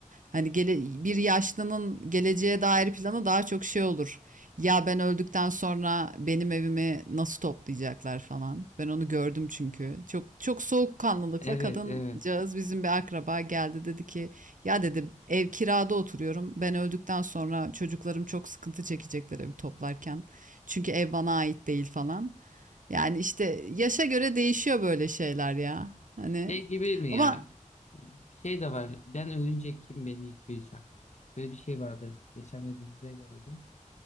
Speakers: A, on the right; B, on the left.
A: Hani gele, bir yaşlının geleceğe dair planı daha çok şey olur. Ya ben öldükten sonra benim evimi nasıl toplayacaklar falan. Ben onu gördüm çünkü. Çok çok soğukkanlılıkla
B: Evet,
A: kadıncağız
B: evet.
A: bizim bir akraba geldi dedi ki ya dedi ev kirada oturuyorum. Ben öldükten sonra çocuklarım çok sıkıntı çekecekler evi toplarken. Çünkü ev bana ait değil falan. Yani işte yaşa göre değişiyor böyle şeyler ya. Hani
B: Şey gibi mi
A: ama
B: ya? Bir Şey de var. Ben ölünce kim beni yıkayacak? Böyle bir şey vardı. Geçen de dizide gördüm.